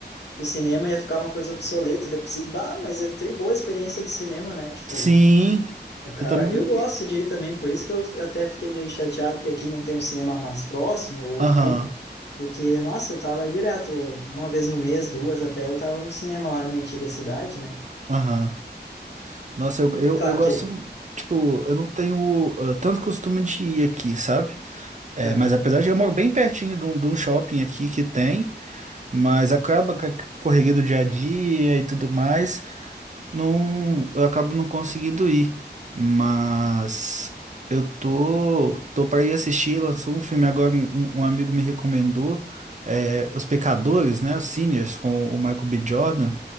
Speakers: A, on the left (about 70°); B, on the right (about 45°).
A: que o cinema ia ficar uma coisa obsoleta. Daí Eu pensei, bah, mas é tri boa a experiência do cinema, né? Tipo,
B: Sim,
A: cara,
B: eu também.
A: eu gosto de ir também, por isso que eu até fiquei meio chateado que aqui não tem um cinema mais próximo, ou
B: Aham,
A: enfim, porque, nossa, eu tava direto, uma vez no mês, duas até, eu tava no cinema lá na minha antiga cidade, né?
B: aham. Nossa, eu, eu,
A: Claro
B: eu gosto.
A: que.
B: Tipo, eu não tenho ah, tanto costume de ir aqui, sabe? É,
A: aham,
B: mas apesar de eu moro bem pertinho de um, de um shopping aqui que tem, mas acaba com a correria do dia a dia e tudo mais. Não, eu acabo não conseguindo ir, mas eu tô, tô para ir assistir. Lançou um filme agora, um, um um amigo me recomendou, é, Os Pecadores, né? Os Sinners, com o Michael B. Jordan,